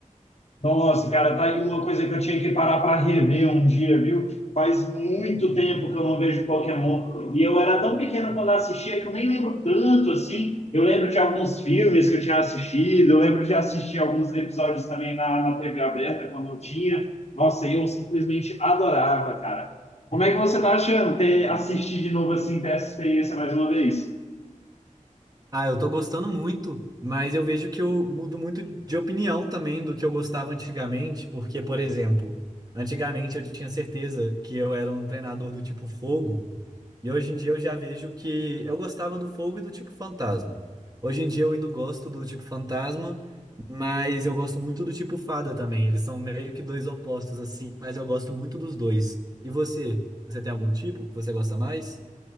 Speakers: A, on the left (about 55°); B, on the right (about 30°).
A: Nossa, cara, tá aí uma coisa que eu tinha que parar para rever um dia, viu? Faz muito tempo que eu não vejo Pokémon. E eu era tão pequeno quando assistia que eu nem lembro tanto, assim. Eu lembro de alguns filmes que eu tinha assistido, eu lembro de assistir alguns episódios também na, na TV aberta quando eu tinha. Nossa, eu simplesmente adorava, cara. Como é que você tá achando ter assistir de novo assim, ter essa experiência mais uma vez?
B: Ah, eu tô gostando muito, mas eu vejo que eu mudo muito de opinião também do que eu gostava antigamente, porque, por exemplo, antigamente eu tinha certeza que eu era um treinador do tipo fogo, e hoje em dia eu já vejo que eu gostava do fogo e do tipo fantasma. Hoje em dia eu ainda gosto do tipo fantasma, mas eu gosto muito do tipo fada também. Eles são meio que dois opostos assim, mas eu gosto muito dos dois. E você? Você tem algum tipo que você gosta mais?